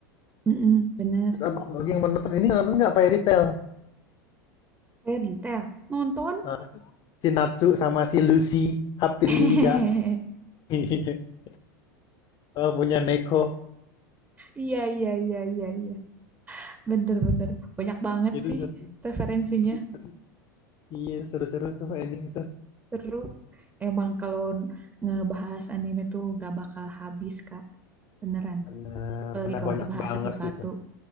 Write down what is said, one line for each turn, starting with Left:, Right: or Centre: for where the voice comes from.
Right: Mm-mm, bener.
Left: Terus apa lagi yang menonton ini nonton nggak Fairy Tail?
Right: Fairy Tail. Nonton.
Left: Ah, si Natsu sama si Lucy, Haprilia.
Right: <laughs>
Left: <laughs> Oh, punya Neko.
Right: Iya, iya, iya, iya, iya. Bener-bener. Banyak banget
Left: Itu
Right: sih
Left: seru,
Right: referensinya.
Left: itu seru. Iya, seru-seru tuh ending tuh.
Right: Seru. Emang kalau ngebahas anime tuh gak bakal habis, Kak. Beneran.
Left: benar
Right: Apalagi
Left: karena
Right: kalau
Left: banyak
Right: dibahas
Left: banget
Right: satu-satu.
Left: itu.